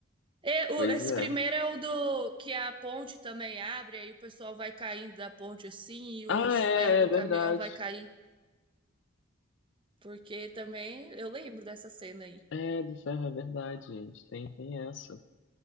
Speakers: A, on the right (about 25°); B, on the left (about 65°).
A: É, o-
B: Pois
A: esse
B: é.
A: primeiro é o do que a ponte também abre, aí o pessoal vai caindo da ponte assim e os
B: Ah, é,
A: ferros do
B: é verdade.
A: caminhão vai cair. Porque também eu lembro dessa cena aí.
B: É, do ferro, é verdade, gente. Tem, tem essa.